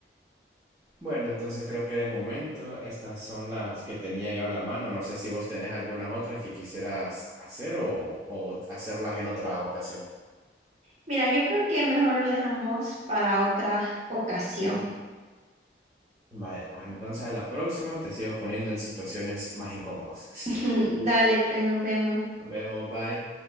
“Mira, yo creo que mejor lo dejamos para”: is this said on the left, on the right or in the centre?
Right